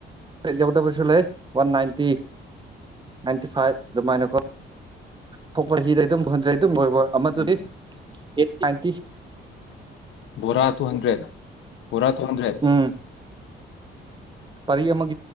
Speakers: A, on the right; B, on the left.
A: ꯌꯎꯗꯕꯁꯨ ꯂꯩ ꯋꯥꯟ ꯅꯥꯏꯟꯇꯤ ꯅꯥꯏꯟꯇꯤ ꯐꯥꯏꯚ ꯑꯗꯨꯃꯥꯏꯅꯀꯣ ꯐꯧ ꯄꯔꯤꯗ ꯑꯗꯨꯝ ꯐꯪꯈ꯭ꯔꯦ ꯑꯗꯨꯝ ꯂꯣꯏꯕ ꯑꯃ
B: ꯎꯝ
A: ꯗꯨꯗꯤ ꯑꯩꯠ ꯅꯥꯏꯟ ꯇꯤ
B: ꯕꯣꯔꯥ ꯇꯨ ꯍꯟꯗ꯭ꯔꯦꯠ ꯕꯣꯔꯥ ꯇꯨ ꯍꯟꯗ꯭ꯔꯦꯠ
A: ꯎꯝ ꯄꯔꯤ ꯑꯃꯒꯤ